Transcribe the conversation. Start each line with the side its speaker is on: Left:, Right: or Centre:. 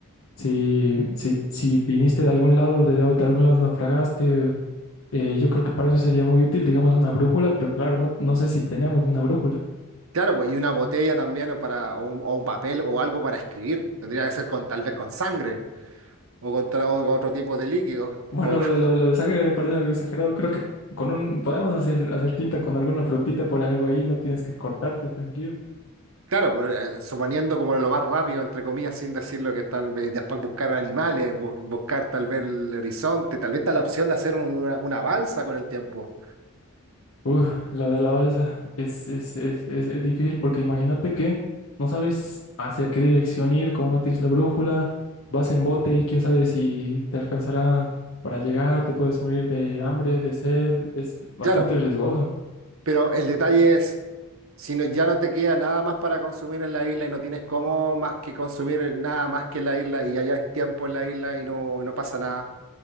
Left: si, si, si viniste de algún lado, de, de algún lado naufragaste. Eh, yo creo que para eso sería muy útil, digamos, una brújula, pero claro, no, no sé si tenemos una brújula.
Right: Claro, pues, y una botella también o, para, o, un, o un papel o algo para escribir. Tendría que ser con tal vez con sangre o con, tra- o con otro tipo de líquido.
Left: Bueno,
Right: O,
Left: lo
Right: <laughs>
Left: de lo de lo de sangre me parece algo exagerado. Creo que con un podemos hacer, hacer tinta con alguna frutita por algo ahí, no tienes que cortarte, tranquilo.
Right: claro, pues, eh, suponiendo como lo más rápido, entre comillas, sin decir lo que están, eh, después buscar animales, bu- buscar tal vez el horizonte, tal vez está la opción de hacer un- una, una balsa con el tiempo.
Left: Uf, la de la balsa es, es, es, es, es difícil porque imagínate que no sabes hacia qué dirección ir, como no tienes la brújula, vas en bote y quién sabe si te alcanzará para llegar, te puedes morir de hambre, de sed, es bastante
Right: Claro,
Left: riesgoso.
Right: pero el detalle es, si no, ya no te queda nada más para consumir en la isla y no tienes cómo más que consumir nada más que en la isla y ya hay tiempo en la isla y no, no pasa nada.